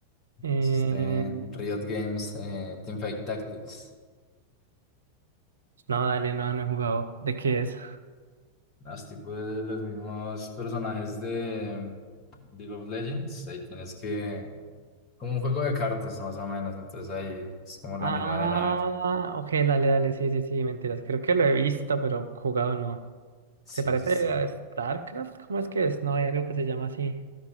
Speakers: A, on the right; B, on the left.
A: Eh,
B: Es este Riot Games eh, Teamfight Tactics.
A: No, dale, no, no he jugado. ¿De qué es?
B: Los tipos de los mismos personajes de League of Legends. Ahí tienes que... Como un juego de cartas, más o menos. Entonces ahí es como la
A: Ah,
B: misma dinámica.
A: ok, dale, dale, sí, sí, sí, mentiras. Creo que lo he visto, pero jugado no.
B: Sí,
A: ¿Se parece
B: sí, sí.
A: a StarCraft? ¿Cómo es que es? No, hay algo que se llama así.